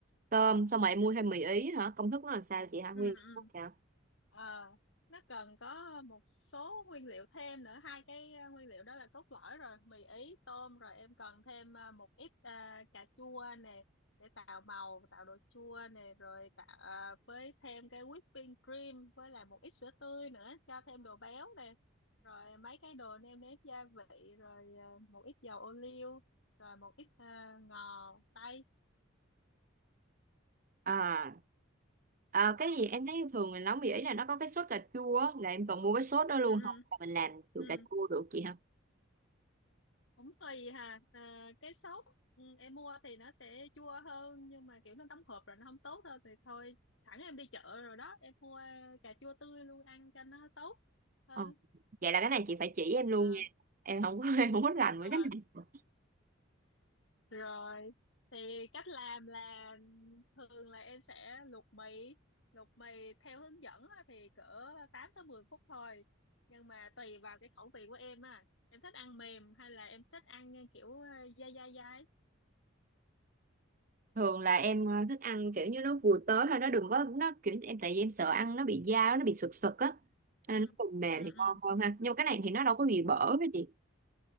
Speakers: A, on the right; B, on the left.
A: tôm, xong rồi em mua thêm mì ý hả? Công thức nó là sao chị hả?
B: Ừ.
A: Nguyên
B: ừ.
A: liệu nó sao?
B: Ờ, nó cần có một số nguyên liệu thêm nữa hai cái ờ, nguyên liệu đó là cốt lõi rồi mì ý tôm rồi em cần thêm ờ, một ít ờ, cà chua nè để tạo màu tạo độ chua nè rồi tạo ờ, với thêm cái whipping cream với lại một ít sữa tươi nữa cho thêm đồ béo nè rồi mấy cái đồ nêm nếm gia vị rồi ờ, một ít dầu ô liu rồi một ít ờ, ngò tây
A: À, à, cái gì em thấy thường mình nấu mì ý là nó có cái sốt cà chua á, là em cần mua cái sốt đó luôn
B: ừ ừ
A: không? Là mình làm từ
B: ừ
A: cà chua được chị hả?
B: cũng tùy hà à, cái sốt ừ, em mua thì nó sẽ chua hơn nhưng mà kiểu nó đóng hộp rồi nó không tốt đâu thì thôi sẵn em đi chợ rồi đó em mua cà chua tươi luôn ăn cho nó tốt hơn
A: Ờ, Vậy là cái này chị phải chỉ em luôn
B: Ờ,
A: nha. Em không có <laughs> em không có rành
B: ờ.
A: với cái này.
B: rồi thì cách làm là thường là em sẽ luộc mì luộc mì theo hướng dẫn á thì cỡ 8 tới 10 phút thôi nhưng mà tùy vào cái khẩu vị của em à em thích ăn mềm hay là em thích ăn kiểu dai dai dai
A: thường là em ờ, thích ăn kiểu như nó vừa tới thôi nó đừng có nó kiểu em tại vì em sợ ăn nó bị dao nó bị sực sực á
B: ừ
A: Cho nên nó còn mềm
B: ừ
A: thì
B: ừ
A: ngon hơn ha nhưng mà cái này thì nó đâu có bị bở
B: ừ.
A: với chị